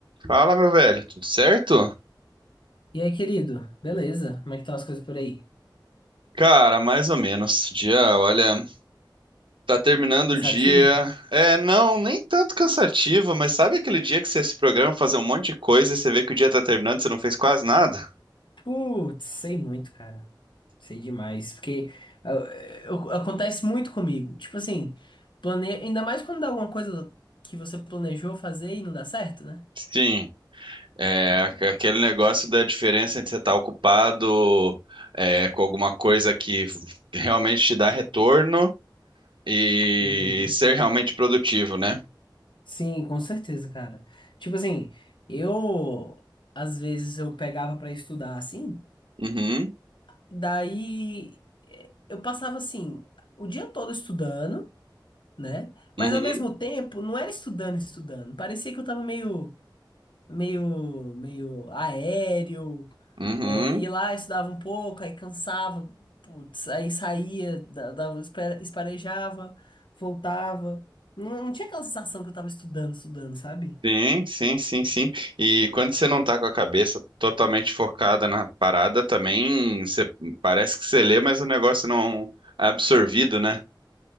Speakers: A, on the right; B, on the left.
A: Fala, meu velho, tudo certo?
B: E aí, querido? Beleza? Como é que estão as coisas por aí?
A: Cara, mais ou menos. Dia, olha, tá terminando
B: Cansativo?
A: o dia. É, não, nem tanto cansativo, mas sabe aquele dia que você se programa pra fazer um monte de coisa e você vê que o dia tá terminando e você não fez quase nada?
B: Putz, sei muito, cara. Sei demais. Porque ah, eu- acontece muito comigo. Tipo assim, plane... ainda mais quando dá alguma coisa que você planejou fazer e não dá certo, né?
A: Sim, é
B: Ah,
A: aqu- aquele negócio da diferença entre você estar ocupado é, com alguma coisa que realmente te dá retorno e
B: Uhum.
A: ser realmente produtivo, né?
B: Sim, com certeza, cara. Tipo assim, eu às vezes eu pegava pra estudar assim,
A: Uhum,
B: daí eh, eu passava assim o dia todo estudando. né? Mas
A: uhum,
B: ao mesmo tempo, não era estudando, estudando. Parecia que eu tava meio, meio, meio aéreo.
A: uhum.
B: É, ia lá, estudava um pouco, aí cansava, putz, aí saía, da- dava, espera- esparejava, voltava. Não, não tinha aquela sensação que eu tava estudando, estudando, sabe?
A: Sim, sim, sim, sim. E quando você não tá com a cabeça totalmente focada na parada, também você, parece que você lê, mas o negócio não é absorvido, né?